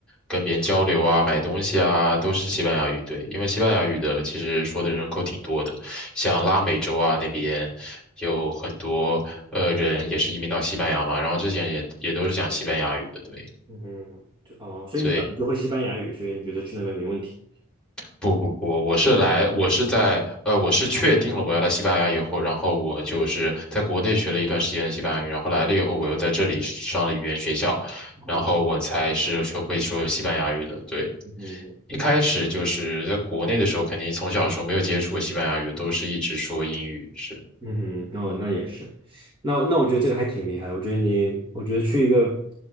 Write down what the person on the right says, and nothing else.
嗯，就哦，所以你本来就会西班牙语，
所以你觉得去那边没问题？
哦，
嗯
嗯，哦，那也是，那那我觉得这个还挺厉害。我觉得你，我觉得去一个